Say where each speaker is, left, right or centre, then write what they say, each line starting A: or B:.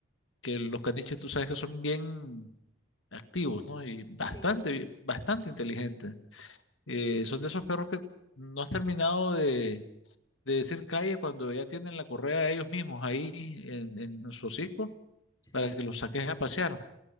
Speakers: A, on the left; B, on the left.
A: que los caniches tú sabes que son bien activos, ¿no? Y bastante,
B: sí,
A: bastante inteligentes. Eh, son de esos perros que no has terminado de decir calle cuando ya tienen la correa ellos mismos ahí en, en su hocico
B: <laughs>
A: para
B: sí.
A: que los saques a pasear.